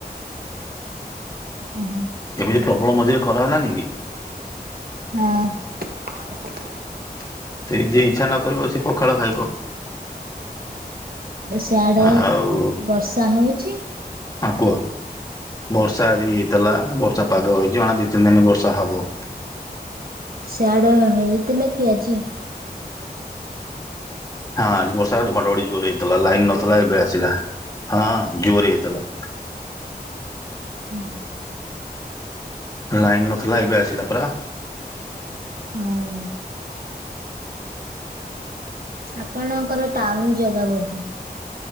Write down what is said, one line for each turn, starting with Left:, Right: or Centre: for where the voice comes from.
Right: ହଁ।
Left: ଏମିତି ପ୍ରବଳ ମଝିରେ ଖରା ହେଲାନି କି?
Right: ହଁ। <inaudible>
Left: ସେ ଯିଏ ଇଚ୍ଛା ନ କରିବ ସେ ପଖାଳ ଖାଇବ
Right: ସିଆଡେ
Left: ଆଉ
Right: ବର୍ଷା ହଉଛି
Left: ହ କୁହ। ବର୍ଷା ଆଜି ହେଇଥିଲା। ବର୍ଷା ପାଗ ହେଇଛି ଜଣେ ଦି ତିନି ଦିନ ବର୍ଷା ହବ।
Right: ସିଆଡେ ହେଇଥିଲା କି ଆଜି?
Left: ହଁ ଆଜି ବର୍ଷା ଘଡଘଡି ଜୋର ହେଇଥିଲା ଲାଇନ ନ ଥିଲା ଏବେ ଆସିଲା। ହଁ ଜୋର ହେଇଥିଲା।
Right: ହୁଁ।
Left: ଲାଇନ ନଥିଲା ଏବେ ଆସିଲା ପରା।
Right: ହୁଁ। ଆପଣଙ୍କର ଟାଉନ ଜାଗା ବୋଧେ।